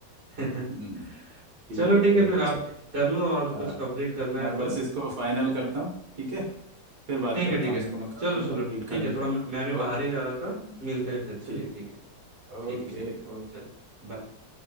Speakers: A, on the right; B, on the right.
A: <laughs>
B: हम्म ठीक
A: चलो
B: है
A: ठीक
B: बढ़िया
A: है फिर
B: अच्छा
A: आप कर लो और कुछ
B: हाँ
A: कंप्लीट करना
B: मैं
A: है तो
B: बस इसको फाइनल करता हूँ ठीक है फिर बात
A: ठीक
B: करता
A: है ठीक
B: हूँ
A: है
B: इसको मैं करता
A: चलो
B: हूँ
A: चलो
B: कंप्लीट
A: ठीक
B: खत्म
A: है थोड़ा
B: कर
A: मैं मैं भी
B: ओके
A: बाहर ही जा रहा था मिलते हैं फिर चलिए
B: ठीक
A: ठीक है
B: ओके
A: ठीक है चलिए
B: ओके
A: चलो बाय